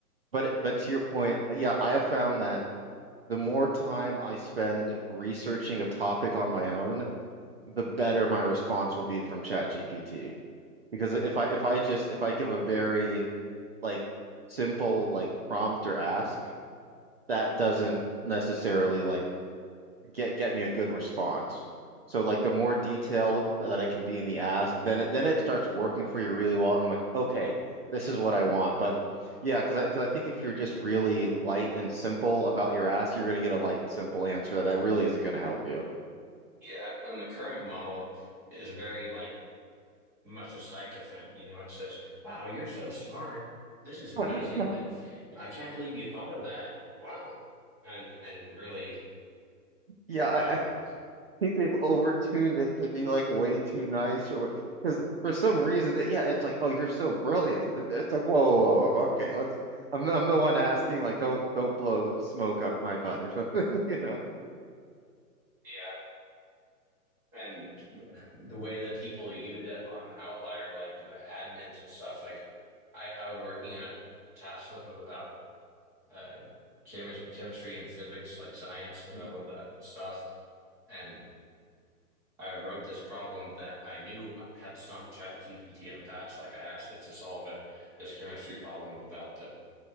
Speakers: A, on the right; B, in the centre.
A: but but to your point, yeah, I have found that the more time I spend researching a topic on my own, the better my response will be from ChatGPT. Because if I if I just if I give a very like simple like prompt or ask, that doesn't necessarily like get get me a good response. So like the more detailed that I can be in the ask, then it then it starts working for you really well, and I'm like, okay, this is what I want. But yeah, because I because I think if you're just really light and simple about your ask, you're gonna get a light and simple answer that that really isn't gonna help you.
B: yeah, and the current model is very like much a sycophant. You know, it says, "Wow, you're so smart. This is amazing.
A: <laughs>
B: Like, I can't believe you thought of that. Wow." And and really,
A: Yeah, I,
B: um,
A: I think they've overtuned it to be like way too nice or because for some reason that yeah, it's like oh you're so brilliant. It's it's like whoa, whoa, whoa, whoa, okay, let's. I'm I'm the one asking like don't don't blow smoke up my butt or something, <laughs> you know.
B: yeah. And the way that people use it on Outlier, like the admins and stuff, like I, I was working in a task that was about uh, chemi chemistry and physics, like science, because
A: Mhm,
B: I love that stuff. And I wrote this problem that I knew had some chat GPT in the past. Like I asked it to solve it, this chemistry problem about the